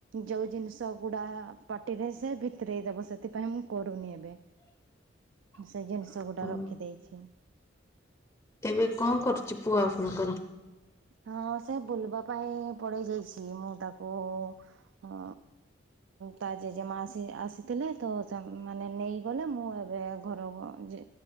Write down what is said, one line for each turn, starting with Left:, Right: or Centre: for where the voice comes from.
Right: ଯୋଉ ଜିନିଷ ଗୁଡା ଆ ପାଟିରେ ସେ ଭିତରେଇ ଦବ ସେଥିପାଇଁ ମୁଁ କରୁନି ଏବେ
Left: <unintelligible>
Right: ସେ ଜିନିଷ ଗୁଡା
Left: ହଁ
Right: ରଖି ଦେଇଛି।
Left: ଏବେ କଣ କରୁଚି ପୁଅ ଆପଣଙ୍କର?
Right: ହଁ ସେ ବୁଲିବା ପାଇଁ ପଳେଇ ଯାଇଚି। ମୁଁ ତାକୁ ଉ ତା ଜେଜେମା ଆସି ଆସିଥିଲେ ତ ମାନେ ନେଇଗଲେ ମୁଁ ଏବେ ଘର ଯେ